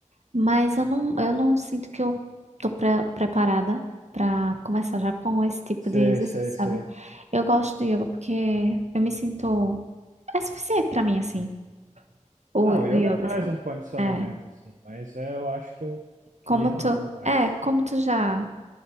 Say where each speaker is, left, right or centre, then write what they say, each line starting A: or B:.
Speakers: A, on the right; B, on the right.
A: mas eu não, eu não sinto que eu tô pre- preparada pra começar já com esse tipo
B: Sei,
A: de exercício,
B: sei, sei.
A: sabe? Eu gosto do yoga porque eu me sinto. É suficiente pra mim, assim, o,
B: Não,
A: o
B: o yoga
A: yoga
B: traz
A: só.
B: um condicionamento,
A: É,
B: assim, mas é, eu acho que eu queria
A: como tu.
B: <laughs> algo a mais.
A: É, como tu já